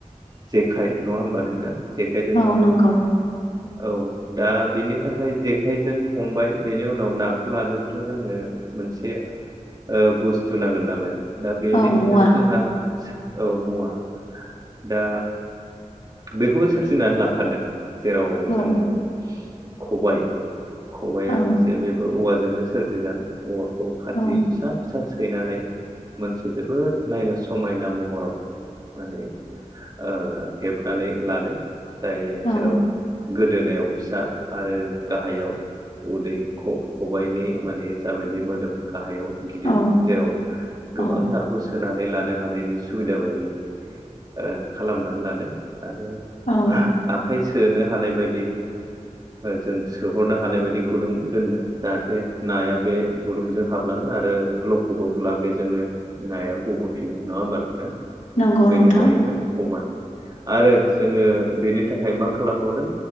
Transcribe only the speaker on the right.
जेखाय नङा होमबा नोंथां जेखाइजों
हमो
औ दा बेनि थाखाय जेखाइजों हमबाय बेनि उनाव नाखौ लानोबोथ' जोंनो मोनसे ओ बुस्थु नांगोन नालाय दा बेनि
थाखायबो
जोंहा औ मुवा दा बेखौबो सोरजिनानै लाखादों जेराव जोङो
खबाइ खबाया
मोनसे बे औवाजोंनो सोरजि जानाय औवाखौ खाथि
जि फिसा फिसा सैनानै मोनसे जोबोद नायनो समायना महराव माने ओ हेबनानै लादों जाय
जेराव गोदोनायाव फिसा आरो गाहायाव उदै खबाइनि माने जाबायदि मोदोम गाहायाव गिदिर
जेराव गोबां
ना खौ सोनानै लानो हानायनि सुबिदा बायदि ओ खालामनानै लादों आरो
आखाइ सोनो हानाय बायदि जों सोहरनो हानाय बायदि गुदुं दोनदों जाहाथे नाया बे गुदुंजों हाब लाङो आरो लखबोब्ला जोंनो नाया गबोफिनो नङा होमबा नोंथां
बेनो
जाहैबाय खबाय आरो जोङो बेनि थाखाय मा खालामबावदों